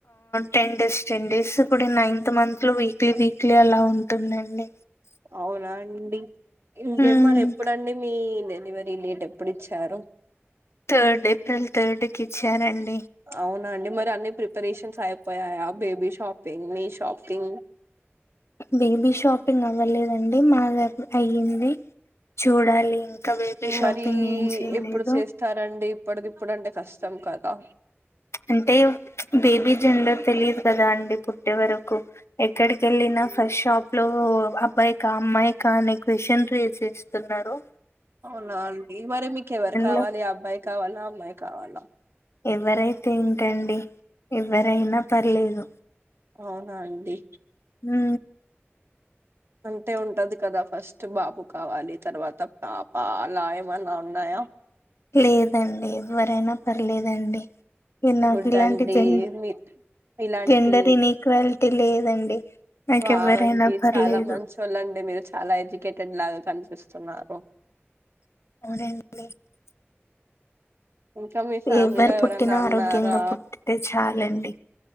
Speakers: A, on the left (about 75°); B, on the right (about 65°).
A: టెన్ డేస్ టెన్ డేస్ ఇప్పుడు నైన్త్ మంత్ లో వీక్లీ వీక్లీ అలా ఉ ఉంటుందండి
B: అవునా అండి ఇంకే
A: మ్మ్
B: మరి ఎప్పుడండి మీ డెలివరీ డేట్ ఎప్పుడు ఇచ్చారు
A: థర్డ్ ఏప్రిల్ థర్డ్కి ఇచ్చరండి
B: అవునండి మరి అన్ని ప్రిపరేషన్స్ అయిపోయా బేబీ షాపింగ్ మీ షాపింగ్
A: బేబీ షాపింగ్ అవ్వలేదండి మాది అయ్యింది చూడాలి ఇంకా బేబీ షాపింగ్
B: మరి
A: ఏం చేయలేదు
B: ఎప్పుడు చేస్తారండి ఇప్పుడుకి ఇప్పుడుంటే కష్టం కదా
A: అంటే బేబీ జెండర్ తెలియదు కదా అండి పుట్టే వరకు ఎక్కడికి వెళ్ళిన ఫస్ట్ షాప్ లో అబ్బాయికా అమ్మాయికా అనే క్వశ్చన్ రీస్స్తున్నారు
B: అవునా అండి మరి మీకు ఎవరు కావాలి
A: లో
B: అబ్బాయి కావాలా అమ్మాయి కావాలా
A: ఎవరైతే ఏంటండి ఎవరైనా పర్లేదు
B: అవునా అండి
A: హ
B: అంటే ఉంటది కదా ఫస్ట్ బాబు కావాలి తర్వాత పాప అలా ఏమన్నా ఉన్నాయా
A: లేదండి ఎవ్వరైనా పర్లేదండి నాకు
B: గుడ్
A: ఇలాంటి
B: అండి
A: జెన్
B: మీ ఇలాంటి
A: జెండర్ ఇన్క్వాలిటీ లేదండి నాకు
B: వావ్
A: ఎవరైనా
B: అండి
A: పర్లేదు
B: చాలా మంచిళ్ళండి మీరు చాలా ఎడ్యుకేటెడ్ లాగా కనిపిస్తు సన్నారు
A: <inaudible>
B: ఇంకా మీ ఫ్యామిలీలో
A: ఎవరు పుట్టినా
B: ఎవరనా అన్నారా
A: ఆరోగ్యంగా పుట్టితే చాలండి